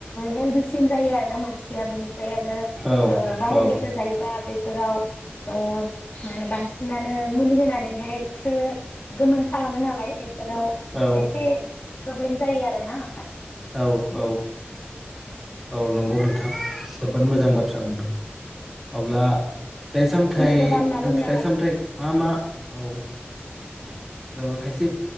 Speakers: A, on the left; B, in the centre.
A: हेलदिसिन जायो आरोना मानसिया बेनिफ्राय आरो
B: औ
A: बाहेरनिखौ
B: औ
A: जायोबा बे फोराव ओ मानो बा- बिसिनानो मुलि होनानैहाय। सो गोमोन खालामो नालाय एसे। आव
B: औ
A: एसे प्रब्लेम जायों आरो ना।
B: औ औ औ नंगौ नोंथां जोबोद मोजां बाथ्रा बुंदों अब्ला। फिथाइ सामथाइ
A: जुइसबो बानायना
B: जों
A: लोंनो
B: फिथाइ
A: हायो
B: सामथाइ मा मा औ जोङो खायसे